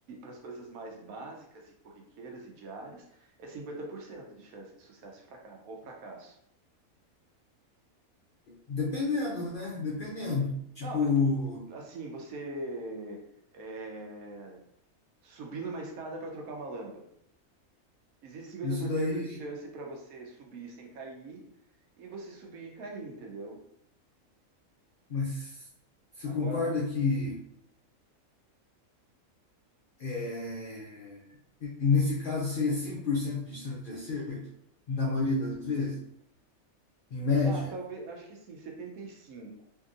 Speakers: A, on the right; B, on the left.
A: as coisas mais básicas e corriqueiras e diárias, é 50% de chance de sucesso e fraca- ou fracasso.
B: Dependendo, né? Dependendo. Tipo.
A: Não, mas pô, assim, você é, subir numa escada para trocar uma lâmpada. Existe cinquenta
B: Isso
A: por
B: daí,
A: cento de chance para você subir sem cair e você subir e cair, entendeu?
B: mas você
A: Agora,
B: concorda que é, nesse caso seria 100% de chance de acerto, na maioria das vezes, em média?
A: ah, talvez, acho que sim, 75,